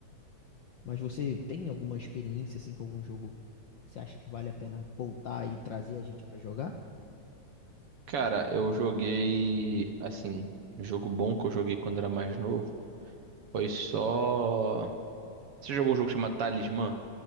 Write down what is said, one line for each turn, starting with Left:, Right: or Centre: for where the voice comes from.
Left: Mas você tem alguma experiência, assim, com algum jogo que você acha que vale a pena voltar e trazer a gente pra jogar?
Right: Cara, eu joguei. Assim, um jogo bom que eu joguei quando era mais novo foi só. Você jogou um jogo chamado Talismã?